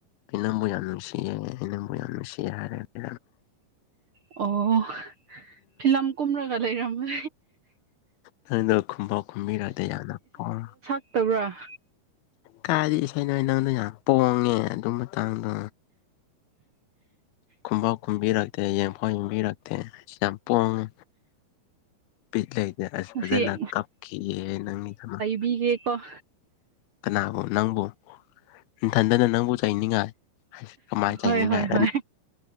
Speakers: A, on the left (about 80°); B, on the right (about 55°).
A: ꯑꯩ ꯅꯪꯕꯨ ꯌꯥꯝ ꯅꯨꯡꯁꯤꯌꯦ ꯑꯩ ꯅꯪꯕꯨ ꯌꯥꯝ ꯅꯨꯡꯁꯤꯌꯦ ꯍꯥꯏꯔꯦꯗꯤ
B: ꯑꯣ ꯐꯤꯂꯝ ꯀꯨꯝꯔꯒ ꯂꯩꯔꯝꯃꯦ
A: ꯅꯪꯗ ꯈꯨꯝꯐꯥꯎ ꯈꯨꯝꯕꯤꯔꯗꯤ ꯌꯥꯝꯅ ꯄꯥꯎ
B: ꯇꯕ꯭ꯔꯥ
A: ꯀꯥꯏꯗꯤ ꯏꯁꯩ ꯅꯣꯏ ꯅꯪꯗ ꯌꯥꯝ ꯄꯣꯡꯉꯦ ꯑꯗꯨ ꯃꯇꯥꯡꯗꯣ ꯈꯨꯝꯐꯥꯎ ꯈꯨꯝꯕꯤꯔꯛꯇꯦ ꯌꯦꯡꯐꯥꯎ ꯌꯦꯡꯕꯤꯔꯛꯇꯦ ꯌꯥꯝ ꯄꯣꯡꯉꯤ ꯄꯤꯠ ꯂꯩꯇꯦ ꯑꯁ
B: ꯉꯁꯤ
A: ꯐꯖꯅ ꯀꯞꯈꯤꯑꯦ ꯅꯪꯒꯤ ꯗꯃꯛ
B: ꯕꯤꯒꯦꯀꯣ
A: ꯀꯅꯥꯕꯨꯣ ꯅꯪꯕꯨ ꯏꯊꯟꯗꯅ ꯅꯪꯕꯨ ꯆꯩꯅꯤꯡꯉꯥꯏ ꯀꯃꯥꯏꯅ ꯆꯥꯏꯅꯤꯡꯉꯥꯏ
B: ꯍꯣꯏ ꯍꯣꯏ ꯍꯣꯏ